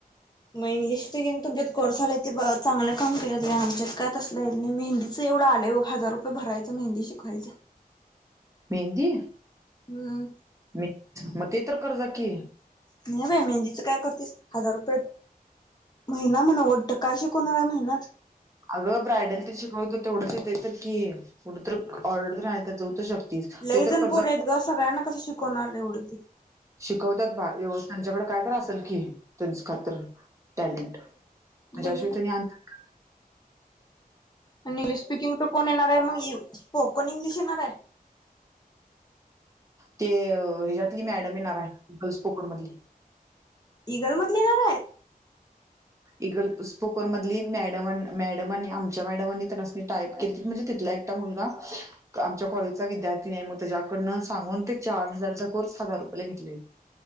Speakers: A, on the left; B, on the right.
A: मग इंग्लिश घेन तुमच्यात कोर्स झाला ते चांगलं काम केलं ग आमच्यात काय तसलं काय येत नाही आमच्यात मेहंदी एवढं आले बघ हज रुये भरायचं मेंदी शिकायचं
B: मेहंदी
A: हम्म
B: म मग ते तर कर जा की
A: नाही बाय मेहंदीच काय करतेस हजार रुपये महिना म्हणवटत काय शिका महिनाच
B: अगं ब्रायडल तरी शिकव तर तेवढंच येतं तर की कुठं तर ऑर्डर आहे तर जाऊ तर शकतीस
A: लय
B: ते तर
A: जण
B: कर्जा
A: पोरी आहेते ग सगळ्यांना कसं शिकवणार एवढ ती
B: शिकवतात बार व्यव त्यांच्याकडे काय असेल की त्यांच खात्र टॅलेंट त्याच्याशिवाय
A: बघ
B: त्यांनी आणतात काय
A: इंग्लिश स्पीकिंग तर कोण येणार आहे मग स्पोकन इंग्लिश येणार आहे
B: ते ह्याच्यातली मॅडम येणार आहे गर्ल्स पोकन मधली
A: ईगल मधला येणारे
B: इगल स्पोकोनमधली मॅडम मॅडमनी आमच्या मॅडमांनी त्यांनानी टाईप केली त म्हणजे तिथल्या एक मोठा मुलगा आमच्या कॉलेजचा विद्यार्थीनी मग त्याच्याकडनं सांगून ते चार हजारचा कोर्स हजार रुपयेला घेतले